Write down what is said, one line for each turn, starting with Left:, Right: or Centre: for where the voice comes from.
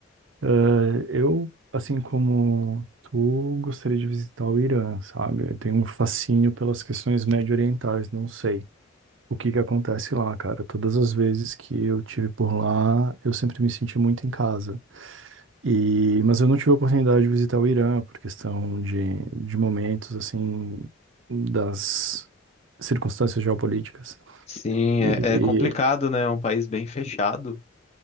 Right: Eh, eu, assim como tu, gostaria de visitar o Irã, sabe? Eu tenho um fascínio pelas questões médio-orientais, não sei. O que que acontece lá, cara? Todas as vezes que eu tive por lá, eu sempre me senti muito em casa. E, mas eu não tive a oportunidade de visitar o Irã por questão de, de momentos, assim, das circunstâncias geopolíticas.
Left: Sim,
Right: E,
Left: é, é complicado,
Right: e-
Left: né? É um país bem fechado,